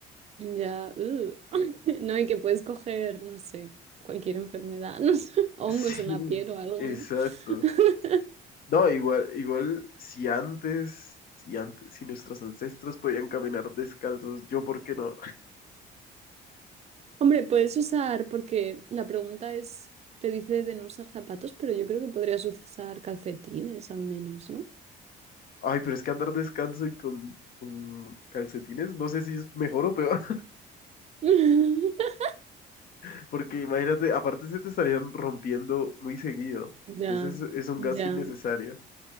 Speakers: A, on the right; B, on the left.
A: Ya, uh. <laughs> No, y que puedes coger, no sé, cualquier enfermedad, <laughs> no sé,
B: <laughs>
A: hongos
B: Sí,
A: en la piel o algo,
B: exacto.
A: ¿no? <laughs>
B: No, igual, igual, si antes, si antes, si nuestros ancestros podían caminar descalzos, yo, ¿por qué no?
A: Hombre, puedes usar, porque la pregunta es, te dice de no usar zapatos, pero yo creo que podrías usar calcetines al menos, ¿no?
B: Ay, pero es que andar descalzo y con, con calcetines, no sé si es mejor o peor,
A: <laughs>
B: <laughs> porque imagínate, aparte se te estarían rompiendo muy seguido.
A: Ya,
B: Entonces es, es un
A: ya,
B: gasto innecesario.